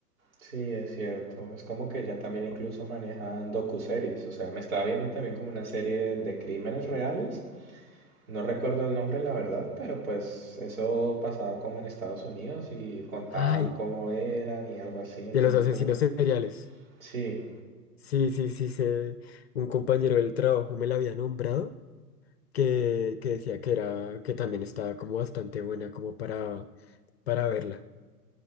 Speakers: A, on the right; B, on the left.
A: Sí, es cierto. Es como que ya también incluso manejan docuseries. O sea, me estaba viendo también como una serie de crímenes reales No recuerdo el nombre, la verdad, pero pues eso pasaba como en Estados Unidos y contaban
B: Ay,
A: cómo eran y algo así, entonces
B: de los asesinos
A: como que
B: seriales.
A: sí,
B: Sí, sí, sí, sé. Un compañero del trabajo me la había nombrado, que, que decía que era, que también estaba como bastante buena como para, para verla.